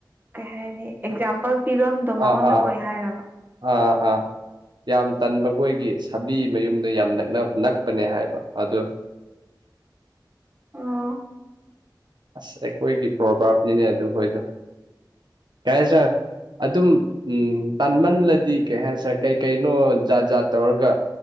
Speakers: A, on the right; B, on the right.
A: ꯀꯩ ꯍꯥꯏꯅꯤ ꯑꯦꯛꯖꯥꯝꯄꯜ ꯄꯤꯕꯝꯗꯣ
B: ꯑꯥ
A: ꯃꯉꯣꯟꯗ
B: ꯑꯥ
A: ꯑꯣꯏ ꯍꯥꯏꯔꯕ
B: ꯑꯥ ꯑꯥ ꯌꯥꯝ ꯇꯟꯕ ꯑꯩꯈꯣꯏꯒꯤ ꯁꯥꯕꯤ ꯃꯌꯨꯝꯗ ꯌꯥꯝ ꯅꯛ ꯅꯛꯄꯅꯦ ꯍꯥꯏꯕ ꯑꯗ
A: ꯑꯣ
B: ꯑꯁ ꯑꯩꯈꯣꯏꯒꯤ ꯄ꯭ꯔꯣꯕꯥꯥꯞꯅꯤꯅꯦ ꯑꯗꯨꯈꯣꯏꯗꯣ ꯀꯥꯏ ꯁꯥ ꯑꯗꯨꯝ ꯎꯝ ꯇꯥꯟꯃꯜꯂꯗꯤ ꯀꯩ ꯍꯥꯏꯁꯔꯦ ꯀꯩ ꯀꯩꯅꯣ ꯖꯥꯠ ꯖꯥꯠ ꯇꯧꯔꯒ